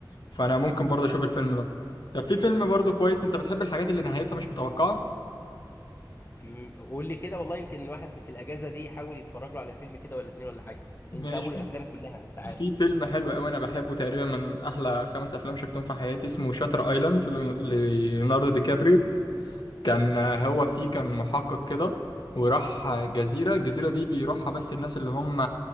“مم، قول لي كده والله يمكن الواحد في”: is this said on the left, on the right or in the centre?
Left